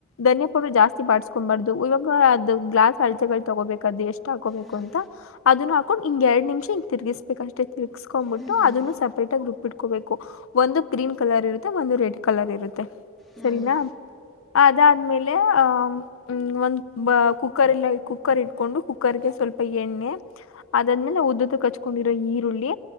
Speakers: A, on the left (about 80°); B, in the centre.
A: ಧನಿಯ ಪೌಡರ್ ಜಾಸ್ತಿ ಬಾಡಿಸ್ಕೊಬಾರ್ದು ಇವಾಗ ಅದ್ ಗ್ಲಾಸ್ ಅಳತೆಗಳು ತಗೋಬೇಕದು ಎಷ್ಟು. ಹಾಕೋಬೇಕು
B: ಹ್ಮ್
A: ಅಂತ ಅದನ್ನು. ಕೊಂಡ್ ಹಿಂಗ ಎರಡ್ ನಿಮಿಷ ಹಿಂಗ ತಿರ್ಗ್ಬೇಕಕ್ ಅಷ್ಟೇ ತಿರ್ಗಸ್ಕ್ಂಬಿಟ್ಟು
B: ಹ್ಮ್
A: ಅದನ್ನು
B: ಹ್ಮ್ ಹ್ಮ್
A: ಸಪೇಟ್ಗಿ ರುಬ್ಬಿ ಇಟ್ಕೋಬೇಕು. ಒಂದು ಗ್ರೀನ್ ಕಲರ್ ಇರುತ್ತೆ ಒಂದು ರೆಡ್ ಕಲರ್ ಇರುತ್ತೆ
B: ಹ್ಮ್
A: ಸರಿನಾ. ಅದಾದ್ಮೇಲೆ ಆಹ. ಹ್ಮ್ ಒಂದ್ ಕುಕ್ಕರ್ಲ್ಲ ಕುಕ್ಕರ್ ಇಟ್ಕೊಂಡು ಕುಕ್ಕರ್ಗೆ ಸ್ವಲ್ಪ ಎಣ್ಣೆ. ಅದಾದ್ಮೇಲೆ ಉದ್ದ ಕ ಹಚ್ಕೊಂಡಿರೋ ಈರುಳ್ಳಿ.